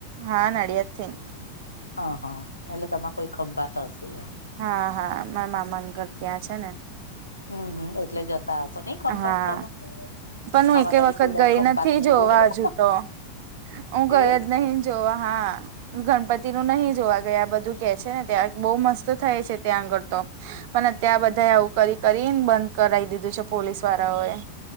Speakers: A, on the right; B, on the left.
A: હા નડ્યાતન
B: હા હા એટલે તમારે કોઈ ખંભાત હશે
A: હા હા મારા મામાન ઘર ત્યાં છે ને
B: હમ્મ હમ્મ એટલે જતા હશો નહ ખંભાત
A: હા
B: તમે
A: પણ હું
B: આમાં
A: એક
B: તો હજી
A: વખત
B: કોઈ દાડે
A: ગઈ
B: ખંભાત
A: નથી
B: નઈ
A: જોવા
B: જોયું
A: હજુ તો હું ગયો
B: એવું
A: જ નહી જો હા ગણપતિ નું નહી જોવા ગયા આ બધું કે છે ને ત્યાં બહુ મસ્ત થાય છે, ત્યાં આગળ તો પણ અત્યાં
B: હમ
A: બધા આવું કરી કરીને બંધ કરાવ દીધું છે, પોલીસ વાળાઓ એ